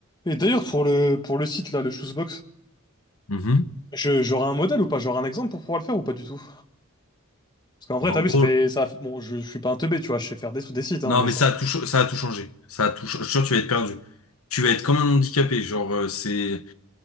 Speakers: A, on the left (about 20°); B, on the left (about 75°).
A: Et d'ailleurs, pour le, pour le site, là, le Shoesbox,
B: Mhm.
A: je, j'aurai un modèle ou pas? J'aurai un exemple pour pouvoir le faire ou pas du tout? Parce qu'en vrai,
B: Bah,
A: t'as
B: en
A: vu,
B: gros,
A: ça fait, ça fait- Bon, je, je suis pas un teubé, tu vois, je sais faire des trucs, des sites, hein,
B: non,
A: mais
B: mais
A: ça...
B: ça a tout, cha- ça a tout changé. Ça a tout, cha- je suis sûr que tu vas être perdu. Tu vas être comme un handicapé. Genre, euh, c'est,